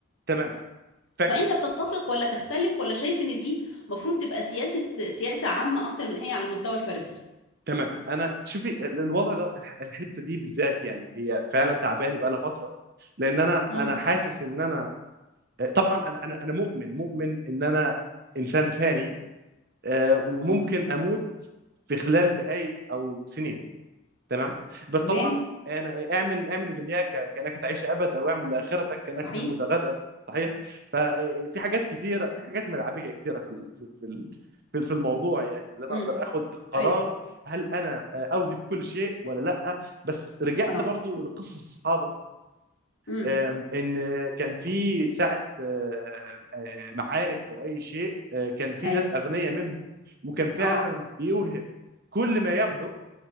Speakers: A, on the right; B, on the left.
A: تمام فاكره
B: فانت بتتفق ولا تختلف ولا شايف ان دي مفروض تبقى سياسة سياسة عامة اكتر من هي على المستوى الفردي
A: تمام انا شوفي ال- الوضع ده الح- الحته دي بالذات يعني هي فعلا تعباني بقى لها فتره لان انا
B: امم
A: انا حاسس ان انا طبعا انا انا انا مؤمن مؤمن ان انا انسان فاني آه، وممكن اموت في خلال دقائق او سنين تمام بس
B: تمام
A: طبعا انا اعمل اعمل لدنياك كانك تعيش ابدا واعمل لاخرتك كانك
B: صحيح
A: تموت غدا صحيح ففي حاجات كتيره في حاجات ملعبيه كتيره في ال- في في ال- في في الموضوع يعني اللي انا
B: امم
A: اقدر اخد قرار
B: ايوه
A: هل انا اوهب كل شيء ولا لا بس رجعت
B: اه
A: برضو لقصص الصحابه
B: امم
A: آم، ان كان في ساعه آه، آه، معارك او اي شيء آه، كان في
B: ايوه
A: ناس اغنياء منهم وكان فعلا
B: اه
A: بيوهب كل ما يملك